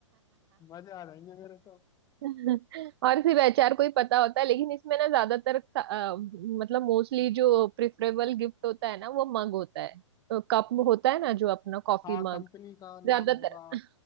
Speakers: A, on the left; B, on the right.
A: मजे आ जाएंगे मेरे तो
B: और सिर्फ एचआर को ही पता होता है लेकिन इसमें ना ज्यादातर अ, मतलब मोस्टली जो प्रिफरेबल गिफ्ट होता है ना वो मग होता है तो कप होता है ना जो अपना कॉफी
A: हाँ
B: मग
A: कंपनी का नाम
B: ज्यादातर
A: होगा